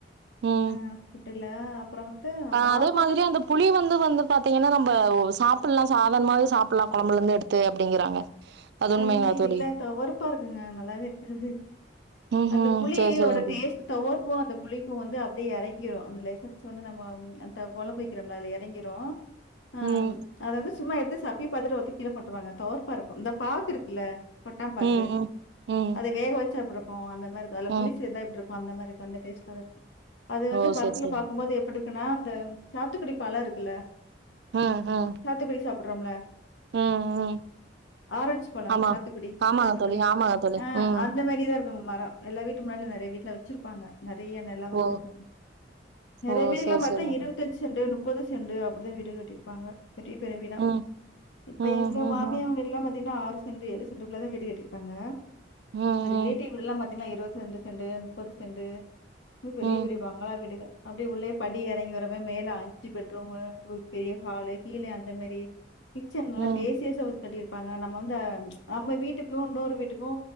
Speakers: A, on the right; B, on the left.
A: ம்
B: ஆ ஃபுட்டுல அப்புற வந்து
A: ஆ அதே
B: ஆப்பம்.
A: மாதிரி அந்த புளி வந்து வந்து பாத்தீங்கன்னா நம்ப சாப்புட்லா சாதரணமாவே சாப்புட்லா கொழம்புலேருந்து எடுத்து அப்டிங்கிறாங்க <unintelligible>
B: ஐய்யய
A: தோழி
B: இல்ல தொவர்ப்பா இருக்குங்க நல்லாவே இருக்காது
A: ம்
B: அந்த
A: ம்
B: புளியோட
A: சேரி சேரிங்க
B: டேஸ்ட்
A: தோழி
B: தொவர்ப்பு அந்த புளிப்பு வந்து அப்டியே எறங்கிரு அந்த லெசன்ஸ் வந்து நம்ம அந்த கொழம்பு வக்கிறம்ல அதுல எறங்கிரு ஆ
A: ம்
B: அத வந்து சும்மா எடுத்து சப்பி பாத்துட்டு ஒத்தி கீழ போட்டுருவாங்க தொவர்ப்பா இருக்கும் இந்த பாக்கு இருக்குல்ல கொட்டாம் பாக்கு
A: ம் ம் ம்
B: அத வேக வச்சா எப்டி இருக்கு அந்த மாரி இருக்கு அதுல
A: ம்
B: புளி சேத்தா எப்டி இருக் கு அந்த மாரி அந்த டேஸ்ட்லதா இருக்கு அது வந்து
A: ஓ
B: மரத்துல
A: சேரி சேரி
B: பாக்கும்போது எப்டிருக் குனா அந்த சாத்துக்குடி பழ இருக்குல்ல
A: ம் ம்
B: சாத்துக்குடி சாப்புட்றோம்ல
A: ம் ம்
B: ஆரஞ் பழ
A: ஆமா
B: சாத்துக்குடி
A: ஆமாங்க
B: சாத்துக்குடி
A: தோழி ஆமாங்க தோழி
B: ஆ ஆ
A: ம்
B: அந்த மாரி தா இருக்கு அந்த மர எல்லா வீட்டு முன்னாடிலா நெறைய வீட்ல வச்சிருப்பாங்க நெறைய நெல வச்சிருக்கவங்க
A: ஓ
B: நெறைய
A: ஓ
B: பேர்
A: சேரி
B: எல்லா பாத்தா
A: சேரிங்க
B: இருவத்தஞ்சு
A: தோழி
B: செண்டு முப்பது செண்டு அப்டிதா வீடு கட்டிருப்பாங்க பெரிய பெரிய வீடா
A: ம்
B: இப்ப
A: ம் ம்
B: எங்க மாமியா
A: ம்
B: வீட் எல்லா பாத்தீங்கனா ஆறு செண்ட் ஏழு செண்டுகுள்ளதா வீடு கட்டியிருப்பாங்க
A: ம்
B: எங்க ரிலேட்டிவ் எல்லா பாத்தீங்களா இருவத் ரெண்டு செண்டு முப்பது செண்டு பெரிய
A: ம் ம்
B: பெரிய பங்களா வீடு க அப்டி உள்ளே படி எறங்கி வரம மேல அஞ்சு பெட்ரூம் ஒரு பெரிய ஹாலு கீழே அந்த மேரி கிச்சன் நல்லா
A: ம்
B: ஸ்பேசியஸா வந் கட்டிருப் பாங்க நம்ம வந்து நம்ம வீட்டுக்கு இன்னொரு வீட்டுக்கு